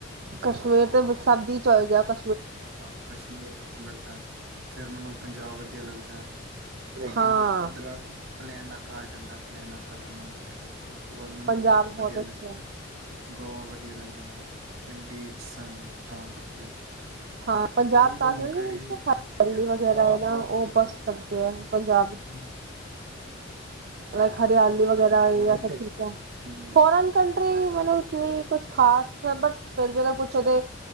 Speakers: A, on the right; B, on the right.
A: ਕਸ਼ਮੀਰ ਤੇ ਸਭ ਦੀ ਚਾਹੀਦੇ ਆ ਕ
B: ਹਾਂ, ਕਸ਼ਮੀਰ ਵਧਿਆ ਲੱਗਦਾ, ਫੇਰ ਮੈਂਨੂੰ ਪੰਜਾਬ ਵਧੀਆ ਅਲੱਗ ਦਾ
A: ਹਾਂ
B: ਕਿਉਂਕਿ ਪੱਧਰਾ ਪਲੈਨ ਇਲਾਕਾ ਆ ਜਾਂਦਾ, ਪਲੈਨ ਇਲਾਕਾ ਵੀ ਮੈਨੂੰ ਵਧੀਆ ਲੱਗਦਾ। ਉਸ ਤੋਂ ਬਾਅਦ ਮੈਨੂੰ
A: ਪੰਜਾਬ
B: ਗੋਵਾ
A: ਬਹੁਤ
B: ਵਧੀਆ ਲੱਗ,
A: ਅੱਛਾ ਹੈ
B: ਗੋਆ ਵਧੀਆ ਲੱਗਦਾ ਮੈਨੂੰ ਬੀਚ ਸਨ। ਤਾਂ ਕਰਕੇ
A: ਹਾਂ, ਪੰਜਾਬ
B: ਫੋਰਨ ਤੁਹਾਨੂੰ
A: ਤਾਂ ਹ
B: ਕਿਹੜੀ ਵਧੀਆ ਲੱਗ
A: ਵਗੈਰਾ ਹੈ ਨਾ ਉਹ ਬੱਸ ਸਕਦੇ ਆ ਪੰਜ <inaudible>
B: ਹਮ,
A: ਲਾਈ
B: ਤੇ
A: ਹਰਿਆਲੀ
B: ਤੁਹਾਨੂੰ
A: ਵਗੈਰਾ
B: ਫੋਰਨ
A: ਸਭ,
B: ਹਮ,
A: ਫੋਰਨ ਕੰਟਰੀ ਮੈਨੂੰ ਇਸ ਲਈ ਕੁਛ ਖਾਸ ਨਹੀਂ, ਬਟ ਫੇਰ ਵੀ ਅਗਰ ਪੁੱਛੋ ਗੇ